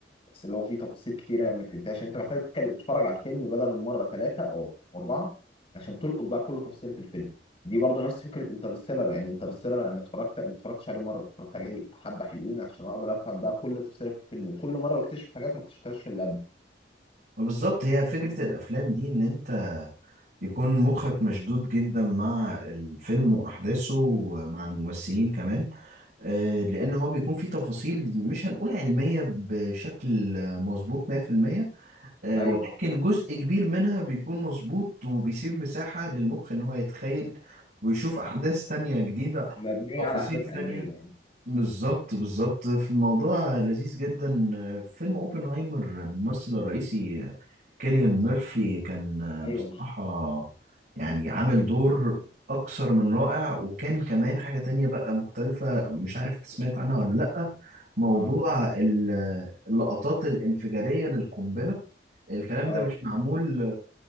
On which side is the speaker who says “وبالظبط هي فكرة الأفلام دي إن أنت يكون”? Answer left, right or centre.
Right